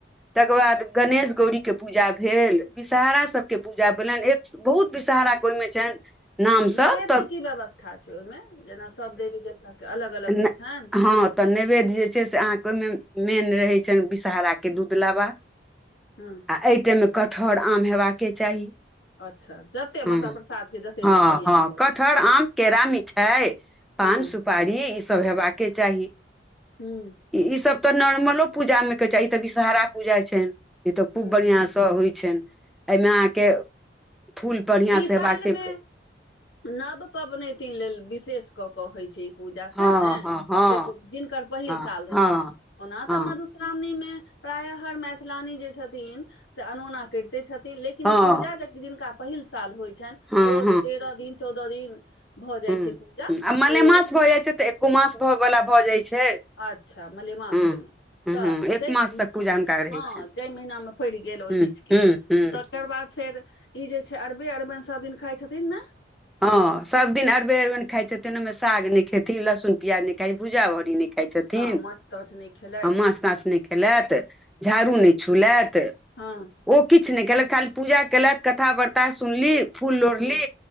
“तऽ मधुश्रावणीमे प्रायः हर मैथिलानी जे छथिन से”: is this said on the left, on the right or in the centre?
Left